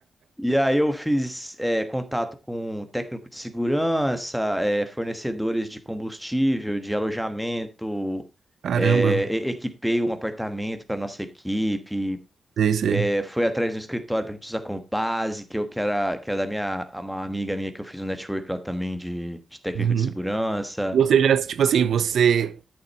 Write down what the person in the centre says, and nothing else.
E aí eu fiz é, contato com técnico de segurança, é, fornecedores de combustível, de alojamento,
é, e- equipei um apartamento para nossa equipe.
É, foi atrás do escritório pra gente usar como base, que eu que era, que era da minha uma amiga minha que eu fiz um network lá também de, de técnico
de segurança.